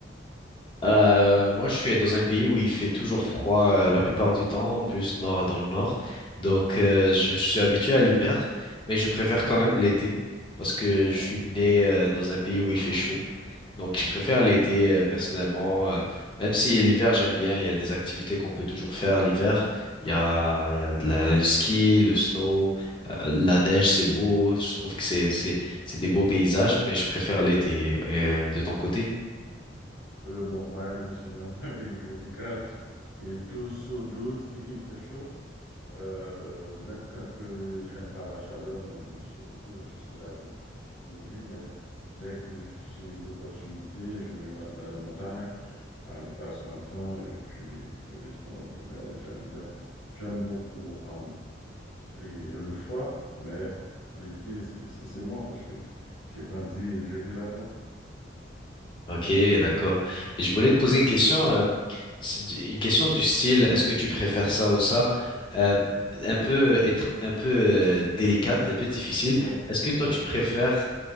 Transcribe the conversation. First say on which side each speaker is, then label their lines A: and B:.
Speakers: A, on the left; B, on the left.
A: Euh, moi, je suis dans un pays où il fait toujours froid euh, la plupart du temps, plus nord dans le nord. Donc, euh, je, je suis habitué à l'hiver, mais je préfère quand même l'été parce que je
B: Ah,
A: suis
B: ok,
A: né
B: bien.
A: euh, dans un pays où il fait chaud. Donc, je préfère l'été euh, personnellement, euh, même si l'hiver j'aime bien. Il y a des activités qu'on peut toujours faire l'hiver. Il y a, il y a de la, le ski, le snow, euh, la neige, c'est beau. Je trouve que c'est, c'est, c'est des beaux paysages, mais je préfère l'été. Et, euh, de ton côté?
B: Euh, bon, moi-même, je suis dans un <laughs> pays tropical. Et 12 sur douze <laughs> il fait chaud. Euh, même quand que j'aime pas la chaleur, mais je me suis obligé parce que c'est là que je vis. Mais dès que j'ai l'opportunité, je me rends dans les montagnes, aller passer un temps et puis me détendre un peu. Mais j'aime, j'aime, j'aime beaucoup. hein. et le foie, mais l'été, c'est c'est- c'est moi parce que j'ai grandi et je vis là-dedans.
A: Ok, d'accord. Et je voulais te poser une question, euh, c'est du- une question du style, est-ce que tu préfères ça ou ça? Euh,
B: Mhm.
A: un peu être un peu euh, délicate, un peu difficile.
B: Vas-y,
A: Est-ce que toi
B: vas-y.
A: tu préfères,